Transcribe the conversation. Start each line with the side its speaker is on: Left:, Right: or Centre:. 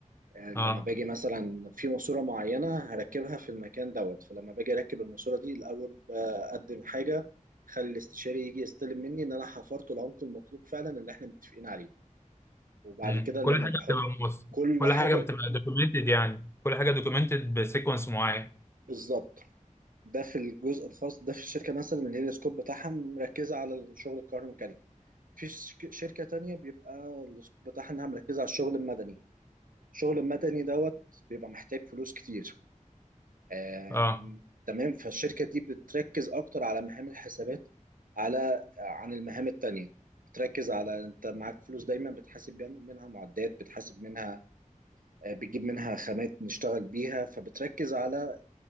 Right: آه، لما
Left: اه
Right: باجي مثلا في ماسوره معينه هركبها في المكان دوت فلما باجي اركب الماسوره دي الاول بقدم حاجه خلي الاستشاري يجي يستلم مني ان انا حفرت العمق المطلوب فعلا اللي احنا متفقين عليه وبعد
Left: مم.
Right: كده
Left: كل
Right: لما
Left: حاجه
Right: بحط
Left: بتبقى موثق
Right: كل
Left: كل
Right: حاجه
Left: حاجه بتبقى دوكيومنتد يعني كل حاجه دوكيومنتد بسيكونس معين
Right: بالظبط ده في الجزء الخاص ده في الشركه مثلا اللي هي السكوب بتاعها مركزه على الشغل الكهروميكانيكي في شك- شركه تانية بيبقى السكوب بتاعها انها مركزه على الشغل المدني الشغل المدني دوت بيبقى محتاج فلوس كتير آم،
Left: اه
Right: تمام فالشركة دي بتركز أكتر على مهام الحسابات على عن المهام التانية بتركز على أنت معاك فلوس دايما بتحاسب بين- منها معدات بتحاسب منها آه، بتجيب منها خامات نشتغل بيها فبتركز على